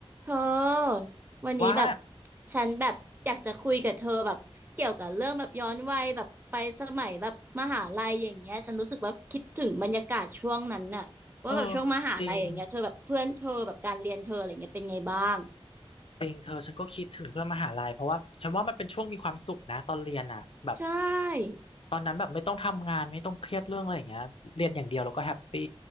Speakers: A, on the right; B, on the left.
A: เธอวันนี้แบบ
B: ว่า
A: ฉันแบบอยากจะคุยกับเธอแบบเกี่ยวกับเรื่องแบบย้อนวัยแบบไปสมัยแบบมหาลัยอย่างเงี้ยฉันรู้สึกว่าคิดถึงบรรยากาศช่วงนั้นน่ะว่าแบบช่วงมหาลัยอย่างเงี้ยเธอแบบเพื่อนเธอแบบการเรียนเธออะไรเงี้ยเป็นไงบ้าง
B: เออจริงจริงเธอฉันก็คิดถึงเพื่อนมหาลัยเพราะว่าฉันว่ามันเป็นช่วงมีความสุขนะตอนเรียนอ่ะแบบ
A: ใช่
B: ตอนนั้นแบบไม่ต้องทำงานไม่ต้องเครียดเรื่องอะไรอย่างเงี้ยเรียนอย่างเดียวแล้วก็แฮปปี้